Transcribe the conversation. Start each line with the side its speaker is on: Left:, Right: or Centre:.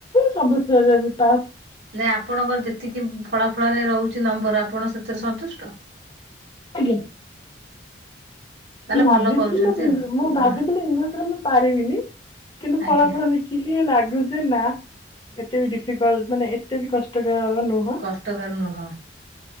Left: ସବୁଥିରେ ବି ପାସ୍।
Right: ନାଇଁ ଆପଣଙ୍କର ଯେତିକି ଫଳା ଫଳରେ ରହୁଛି ନମ୍ବର ଆପଣ ସେଥିରେ ସନ୍ତୁଷ୍ଟ।
Left: ଆଜ୍ଞା।
Right: ତାହେଲେ
Left: ଭାବିଥିଲି
Right: ଭଲ କରୁଛନ୍ତି
Left: ମୁଁ
Right: ଆଉ
Left: ମୁଁ ଭାବିଥିଲି
Right: ହଁ
Left: ଇଂଲିଶରେ ମୁଁ ପାରିବିନି କିନ୍ତୁ
Right: ଆଜ୍ଞା
Left: ଫଳାଫଳ ବି କି ସିଏ ଲାଗୁ ଯେ ନା ଏତେ ବି ଡିଫିକଲ ମାନେ ଏତେ ବି କଷ୍ଟକର ନୁହଁ।
Right: କଷ୍ଟକର ନୁହଁ